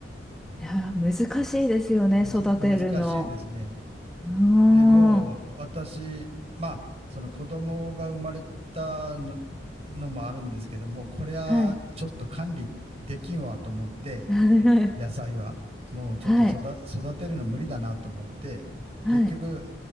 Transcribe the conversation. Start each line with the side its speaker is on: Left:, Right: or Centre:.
Centre: いやー、難しいですよね、
Right: むずか、
Centre: 育てるの。
Right: 難しいですね。
Centre: うーん。
Right: でもう、私、まあ、その子供が生まれたの、のもあるんですけども、これはちょっと管理できんわと思って、
Centre: はい。<laughs>
Right: 野菜は。もうちょっと育、
Centre: はい。
Right: 育てるの無理だなと思って、
Centre: はい。
Right: 結局、
Centre: はい。